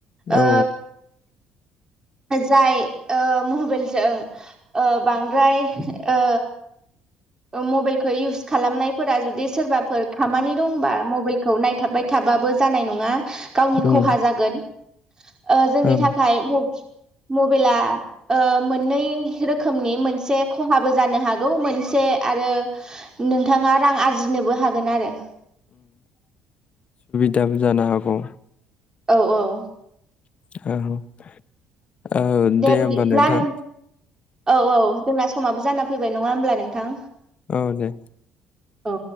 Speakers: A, on the right; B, on the left.
A: ओ
B: औ
A: जाय ओ मबाइलजों ओ बां द्राय ओ ओ मबाइलखौ इउस खालामनायफोरा जुदि सोरबा फोर खामानि दंबा मबाइलखौ नायथाबबाय थाबाबो जानाय नङा। गावनि
B: उम
A: खहा जागोन। ओ जोंनि
B: औ
A: थाखाय मब-मबाइला ओ मोननै रोखोमनि मोनसे खहाबो जानो हागौ मोनसे आरो नोंथाङा रां आरजि जिनोबो हागोन आरो
B: दाबो जानो हागौ
A: औ औ
B: औ औ
A: दे बिदिब्ला
B: होमबा नोंथां
A: नों औ औ जोंना समाबो जाना फैबाय नङा होमब्ला नोंथां।
B: औ दे।
A: औ